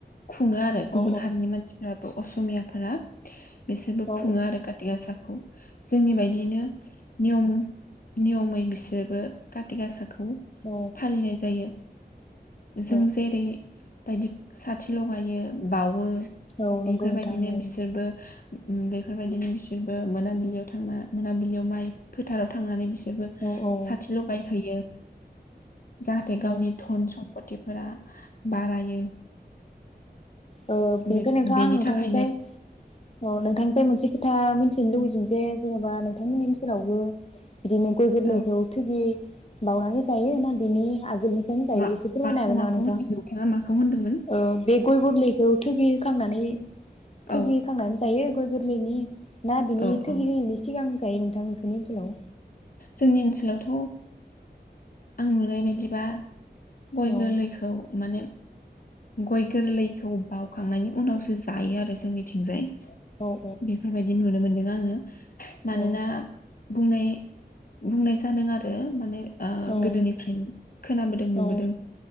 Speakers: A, on the left; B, on the left.
A: खुङो आरो गुबुन
B: औ
A: हारिनि मानसिफ्राब असमियाफोरा बिसोरबो
B: औ
A: खुङो आरो काथिगासाखौ जोंनि बायदियैनो नियम नियमै बिसोरबो खाथि गासा खौ
B: औ
A: फालिनाय जायो जों
B: औ
A: जेरै बायदि साथि लगायो बावो
B: औ नंगौ
A: बेफोरबायदिनो
B: नोंथां औ
A: बिसोरबो ओम बेफोरबायदिनो बिसोरबो मोनाबिलियाव थांना मोनाबिलियाव माइ फोथाराव थांनानै बिसो सोरबो
B: औ औ
A: साथि लगायहैयो जाहाथे गावनि
B: ओ
A: धन सम्पथिफोरा बारायो
B: ओ बेनिफ्राय
A: बे
B: नोंथाङा
A: बेनि
B: आं नोंथांनिफ्राय
A: थाखायनो
B: औ नोंथांनिफ्राय मोनसे खोथा मिथिनो लुबैदों जे जेनेबा नोंथांमोननि ओनसोलावबो बिदिनो गय गोरलैखौ
A: औ
B: थुगि बावनानै जायो ना बिनि आगोलनिफ्रायनो जायो
A: मा
B: एसे फोरमायनो
A: माखौ
B: हागोन
A: माखौ
B: नामा नोंथां
A: होनदों नोंथाङा माखौ होनदोंमोन
B: ओ बे गय गोरलै बेयाव थगि होखांनानै थोगि
A: औ
B: होखांनानै जायो गय गोर <unintelligible> ना बिनि
A: औ
B: थोगि
A: औ
B: होयैनि सिगां जायो नोंथां नोंसोरनि ओनसोलाव
A: जोंनि ओनसोलावथ' आं नुनाय बायदिबा गय
B: ओनसोलाव औ
A: गोरलैखौ माने गय गोरलैखौ बावखांनायनि उनावसो जायो आरो जोंनिथिंजाय।
B: औ
A: बेफोरबायदि नुनो मोनो। आङो मानोना
B: औ
A: बुंनाय बुंनाय जादों आरो माने
B: औ
A: गोदोनिफ्रायनो खोनाबोदों नुबोदों
B: औ